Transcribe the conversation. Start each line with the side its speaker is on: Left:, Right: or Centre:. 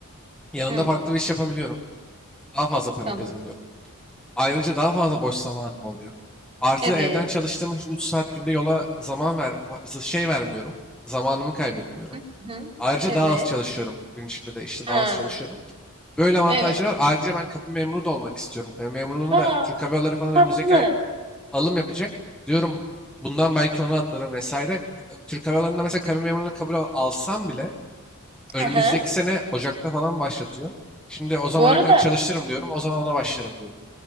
Centre: Yanında
Right: Hı,
Centre: farklı bir iş yapabiliyorum. Daha fazla para
Right: tamam.
Centre: kazanıyorum. Ayrıca daha fazla boş zamanım oluyor. Artı
Right: Evet.
Centre: evden çalıştığım için 3 saat günde yola zaman ver şey vermiyorum. Zamanımı kaybetmiyorum.
Right: Hı, hı, hı.
Centre: Ayrıca
Right: Evet.
Centre: daha az çalışıyorum. Gün içinde de işte
Right: Ha,
Centre: daha az çalışıyorum. Böyle avantajları
Right: evet.
Centre: var. Ayrıca ben kabin memuru da olmak istiyorum. Kabin memurluğunu da
Right: Aa,
Centre: Türk Hava Yolları falan
Right: tatlı.
Centre: önümüzdeki ay alım yapacak. Diyorum bundan belki ona atlarım vesaire. Türk Hava Yolları'nda mesela kabin memurluğuna kabul al- alsam bile önümüzdeki
Right: Hı hı.
Centre: sene Ocak'ta falan başlatıyor. Şimdi o zamana
Right: Bu arada
Centre: kadar çalıştırırım diyorum. O zaman ona başlarım diyorum.